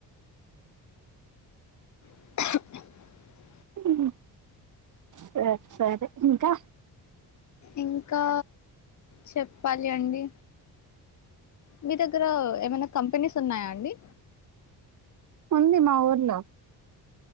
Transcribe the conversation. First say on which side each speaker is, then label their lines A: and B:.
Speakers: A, on the left (about 50°); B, on the right (about 50°).
A: <unintelligible>
B: ఊమ్ సరీ సరే ఇంకా
A: ఇం ఇంకా చెప్పాలి అండి మీ దగ్గర ఏమైనా కంపెనీస్ ఉన్నాయా అండి
B: ఉందీ మా ఊర్లో